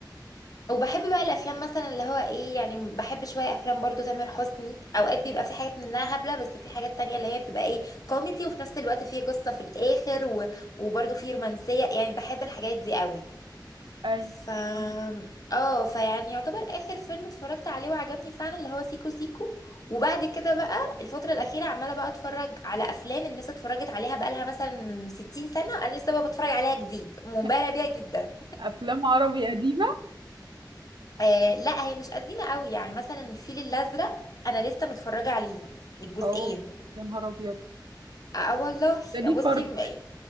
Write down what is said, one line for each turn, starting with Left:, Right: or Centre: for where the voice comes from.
Left: وبحب بقى الافلام مثلا اللي هو ايه يعني بحب شوية افلام برضو تامر حسني اوقات بيبقى في حاجات منها هبلة بس في حاجات تانية اللي هي بتبقى ايه كوميدي وفي نفس الوقت فيه قصة في الاخر و... وبرضو فيه رومانسية يعني بحب الحاجات دي قوي
Right: اي
Left: ف اه فيعني يعتبر اخر فيلم اتفرجت عليه وعجبني فعلا اللي هو سيكو سيكو وبعد كده بقى الفترة الأخيرة عمالة بقى اتفرج على أفلام الناس اتفرجت عليها بقالها مثلا 60 سنة أنا لسه بقى بتفرج عليها جديد منبهرة
Right: <laughs>
Left: بيها جدا
Right: افلام عربي قديمة
Left: آه لا هي مش قديمة قوي يعني مثلا الفيل الأزرق أنا لسه متفرجة عليه الجزئين
Right: اه يا نهار ابيض
Left: اه والله
Right: ده ليه
Left: بصي
Right: قرن
Left: م-